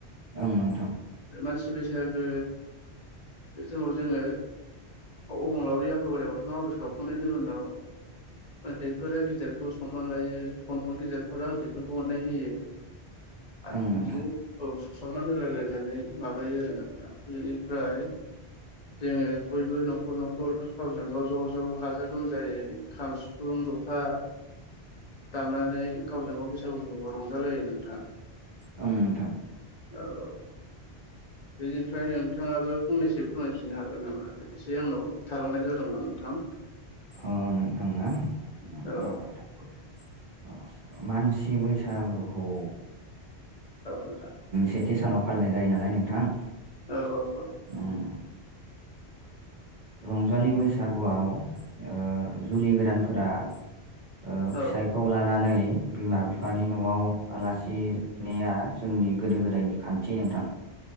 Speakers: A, on the right (about 50°); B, on the left (about 40°).
A: ओं नोंथां
B: मानसि बैसागो आव जोङो अबंलावरि आफा बोर बाथौ नाव आर'ज गाबखांनायनि उनाव उन्दैफोरा गिदेरखौ सनमान लायो गिदेरफोरा उन्दैफोरखौ अननाय होयो आरो
A: ओं नोंथां
B: बिदिनो औ समान होलायलायनानै माबायो आरो नोंथां। बेनिफ्राय जे बयबो न'खर न'खर गावजों गाव ज' ज' गाजा गोमजायै खाम सिफुं खाम जथा दामनानै गावजों गाव बैसागु फोरबो रंजालायो नोंथां।
A: औं नोंथां
B: औ औ बेनिफ्राय नोंथाङाबो फंनैसो फोरमायफिननो हागोन नामा? एसे आंनाव थालांनाय जादोंबा नोंथां
A: अ नोंथांना
B: औ
A: र नोंथां अ मानसि बैसागुखौ
B: नोंथां
A: सेथि सानाव फालिनाय जायो नालाय नोंथां।
B: औ औ
A: उम रंजालि बैसागुआव ओ जुलि गोदानफोरा ओ
B: औ
A: फिसाइखौ लानानै बिमा बिफानि न'आव आलासि जाहैनाया जोंनि गोदो गोदायनि खान्थि नोंथां